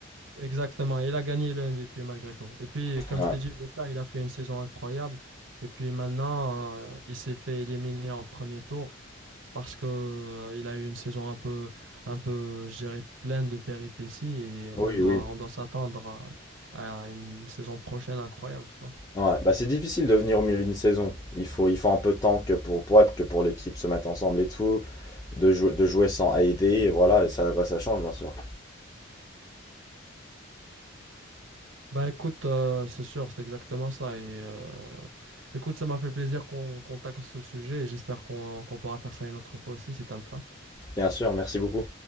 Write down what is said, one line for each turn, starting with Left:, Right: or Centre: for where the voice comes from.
Right: Exactement, il a gagné le MVP malgré tout. Et puis, comme
Left: ouais.
Right: je t'ai dit, Luka, il a fait une saison incroyable. Et puis maintenant, euh, il s'est fait éliminer en premier tour parce que, euh, il a eu une saison un peu, un peu, je dirais, pleine de péripéties et
Left: Oui,
Right: on doit,
Left: oui.
Right: on doit s'attendre à, à une saison prochaine incroyable, tu vois.
Left: Ouais, bah c'est difficile de venir au milieu d'une saison. Il faut, il faut un peu de temps que pour, pour, ouais, que pour l'équipe se mette ensemble et tout, de jouer, de jouer sans aider, et voilà, et ça, va ça change bien sûr.
Right: Ben écoute, euh, c'est sûr, c'est exactement ça. Et euh, écoute, ça m'a fait plaisir qu'on qu'on tacle ce sujet et j'espère qu'on qu'on pourra faire ça une autre fois aussi si t'as le temps.
Left: Bien sûr, merci beaucoup.